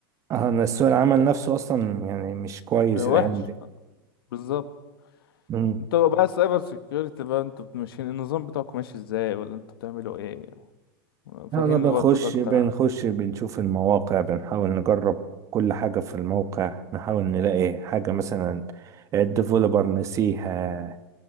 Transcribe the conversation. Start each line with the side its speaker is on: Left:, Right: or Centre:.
Right: أه إن سوق العمل نفسه أصلا يعني مش كويس
Left: آه،
Right: الأيام
Left: وحش بالظبط
Right: دي
Left: انتوا بقى السايبر سيكيورتي بقى انتوا ماشيين النظام بتاعكم ماشي ازاي ولا انتوا بتعملوا ايه فهمني
Right: انا بنخش
Left: برضك اكتر
Right: بنخش
Left: عن
Right: بنشوف المواقع بنحاول نجرب كل حاجة في الموقع نحاول نلاقي حاجة مثلا الديفلوبر نسيها